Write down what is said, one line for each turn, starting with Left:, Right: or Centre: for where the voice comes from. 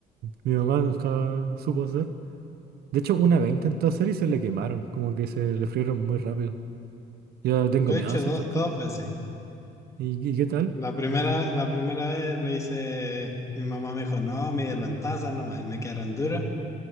Right: Mi mamá nunca supo hacer. De hecho, una vez intentó hacer y se le quemaron. Como que se le frieron muy rápido. Yo tengo
Left: yo
Right: miedo
Left: he hecho
Right: de hacer
Left: do-
Right: esas cosas.
Left: dos veces.
Right: ¿Y, y qué tal?
Left: La primera, la primera vez le hice, mi mamá me dijo, no, mídelo en taza nomás, y me quedaron duras.